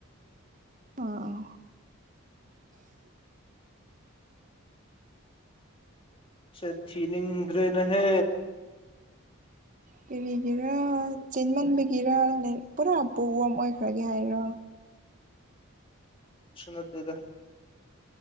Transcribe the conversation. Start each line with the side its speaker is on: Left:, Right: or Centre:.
Right: ꯑꯥ
Left: ꯆꯊꯅꯤꯡ ꯏꯒ꯭ꯔꯦꯅ ꯍꯦ
Right: ꯀꯔꯤꯒꯤꯔ ꯆꯦꯟꯃꯟꯕꯒꯤꯔ ꯄꯨꯔꯥ ꯕ ꯑꯃ ꯑꯣꯏꯈ ꯈ꯭ꯔꯒꯦ ꯍꯥꯏꯔꯣ
Left: ꯕꯤꯁ ꯅꯠꯇꯦꯗ